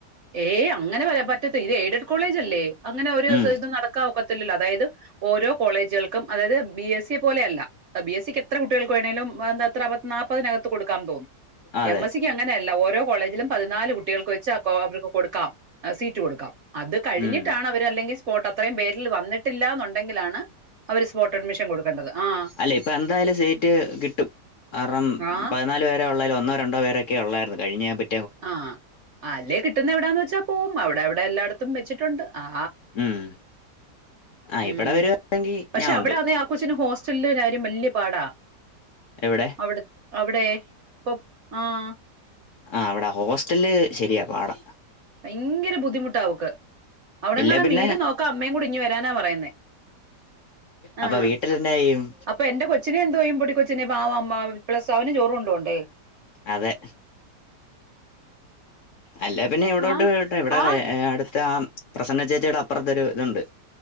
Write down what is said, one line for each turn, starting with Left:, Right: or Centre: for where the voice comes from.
Right: ഏയ് അങ്ങനെ വരാ പറ്റത്ത ഇത് എയ്ഡഡ് കോളേജ് അല്ലേ. അങ്ങനെ ഒരു
Left: ഉം
Right: സ്ഥലത് നടക്കാ ഒക്ക തെല്ലല്ലോ അതായത് ഓരോ കോളേജുകൾക്കും അതായത് ബി എസ് സി പോലെയല്ല അ ബി എസ് സിക്ക് എത്ര കുട്ടികൾക്ക് വേണേലും വാ തെത്ര പത് നാപ്പഹ് നകത്ത് കൊടുക്കാൻ തോന്നു
Left: അതെ
Right: എം എസ് സിക്ക് അങ്ങനെയല്ല. ഓരോ കോളേജിലും പതിനാല് കുട്ടികൾക്ക് വെച്ചാ കോ അവര്ക്ക് കൊടുക്കാം. എഹ് സീറ്റ് കൊടുക്കാം. അത് കഴിഞ്ഞിട്ടാണ്
Left: ഉം
Right: അവര് അല്ലെങ്കി സ് പോട്ട് അത്രയും പേരിൽ വന്നിട്ടില്ലന്നുണ്ടെങ്കിലാണ് അവര് സ്പോർട്ട് അഡ്മിഷൻ കൊടുക്കേണ്ടത്. ആഹ്
Left: അല്ലേ ഇപ്പൊ എന്തായാലും സീറ്റ് കിട്ടും. കാരണം
Right: ആഹ്
Left: പയ്നാല് പേരെ ഉള്ളാലോ ഒന്നോ രണ്ടോേ പെരൊക്കെ ഉള്ളായിരുന്നു കഴിഞ്ഞാ മ്പേ
Right: ആഹ് അല്ലേ കിട്ടുന്ന എവിടാന്ന് വെച്ചാ പോവും. അവിടെ അവിടെ എല്ലായിടത്തും വെച്ചിട്ടുണ്ട്. ആ
Left: ഉം ആ
Right: ഉം
Left: ഇവിടെ വരുവാണെങ്കി
Right: പക്ഷെ
Left: ഞാൻ ഉണ്ട്
Right: അവിടെ ആന്നേ ആഹ് കൊച്ചിന് ഹോസ്റ്റലില് കാര്യം വല്യ പാടാ
Left: എവിടെ
Right: അവിട് അവിടെ പ്പൊ ആഹ്
Left: ആഹ് വ്ടെ ഹോസ്റ്റൽല് ശരിയാ പാടം
Right: ഭയങ്കര ബുദ്ധിമുട്ടാവക്ക് അവിടങ്ങാണും
Left: ഇല്ലേ പിന്നെ
Right: വീട് നോക്കാ അമ്മേയും കൂടിഞ്ഞ് വരാനാ പറയുന്നേ
Left: അപ്പൊ
Right: ആഹ്
Left: വീട്ടിലെന്നാ ചെയ്യും
Right: അപ്പൊ എന്റെ കൊച്ചിനെ എന്തോയ്യും. മ്പൊട് കൊച്ച്നെ പാവമ്മ പ്ലസാ വന് ചോറുംണ്ടോണ്ടേ
Left: അതെ അല്ല പിന്നെ ഇവിടെട്ട്
Right: ആഹ്
Left: ട്ടേ ഇവിടെ
Right: ആഹ്
Left: ഏഹ് അടുത്ത ആം പ്രസന്ന ചേച്ചിയുടെ അപ്പുറത്ത് ഒരു ഇതുണ്ട്